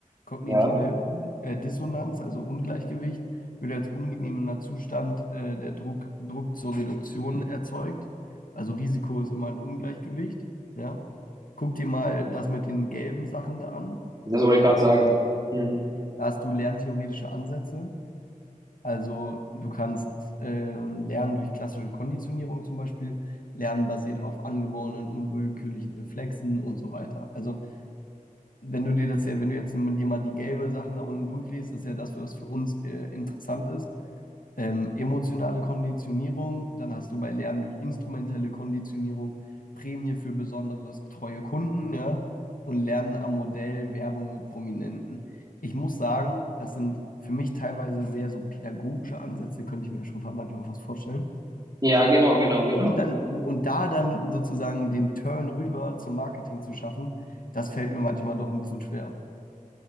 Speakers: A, on the left (about 75°); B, on the right (about 25°).
A: Kognitive
B: Ja,
A: äh, Dissonanz, also Ungleichgewicht, wird als ungenehmer Zustand äh, der Druck, Druck zur Reduktion erzeugt. Also Risiko ist immer ein Ungleichgewicht. Ja? Guck dir mal das mit den gelben Sachen da an.
B: das wollte ich gerade sagen. Hm.
A: Da hast du lerntheoretische Ansätze. Also du kannst ähm, lernen durch klassische Konditionierung zum Beispiel, lernen basiert auf angeborenen unwillkürlichen Reflexen und so weiter. Also wenn du dir das ja, wenn du jetzt mit dir mal die gelbe Sachen da unten durchliest, das ist ja das, was für uns äh, interessant ist. Ähm, emotionale Konditionierung, dann hast du bei Lernen durch instrumentelle Konditionierung Prämie für besonderes treue Kunden, ja, und Lernen am Modell Werbung mit Prominenten. Ich muss sagen, das sind für mich teilweise sehr so pädagogische Ansätze, könnte ich mir schon manchmal fast vorstellen.
B: Ja, genau, genau, genau.
A: Die dann, und da dann sozusagen den Turn rüber zum Marketing zu schaffen, das fällt mir manchmal doch ein bisschen schwer.